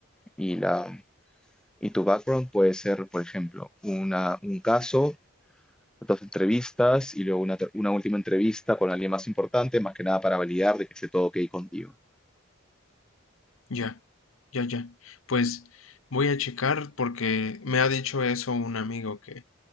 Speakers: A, in the centre; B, on the left.
A: y, la, y tu background puede ser, por ejemplo, una, un caso, dos entrevistas y luego una, ter- una última entrevista con alguien más importante, más que nada para validar de que esté todo ok contigo.
B: ya, ya, ya. Pues voy a checar porque me ha dicho eso un amigo que